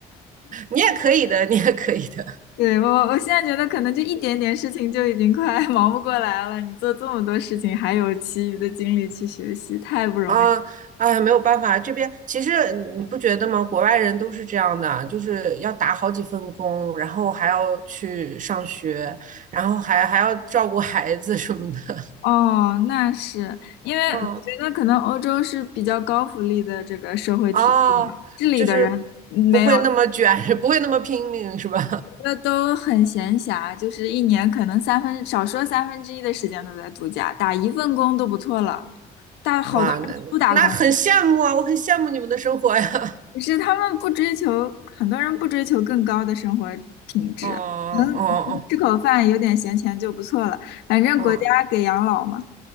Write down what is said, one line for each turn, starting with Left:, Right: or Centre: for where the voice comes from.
Right: 你也可以的，你也可以的。
Left: 对，我我现在觉得可能就一点点事情就已经快 <laughs> 忙不过来了，你做这么多事情，还有其余的精力去学习，太不容易。
Right: 啊，哎，没有办法，这边其实你不觉得吗？国外人都是这样的，就是要打好几份工，然后还要去上学，然后还还要照顾孩子什么的。
Left: 哦，那是因为我觉得可能欧洲是比较高福利的这个社会体系嘛，
Right: <laughs> 嗯，哦，
Left: 这里的人没有，
Right: 就是不会那么卷，<laughs> 不会那么拼命，是吧？
Left: 那都很闲暇，就是一年可能三分，少说三分之一的时间都在度假，打一份工都不错了，
Right: <laughs>
Left: 但好多人都不打工，
Right: 哇，那那很羡慕啊，我很羡慕你们的生活呀。
Left: 可是他们不追求，很多人不追求更高的生活品质，
Right: <laughs> 哦
Left: 能能吃口饭，
Right: 哦
Left: 有点闲钱就不错了，反正国家给养老嘛。
Right: 哦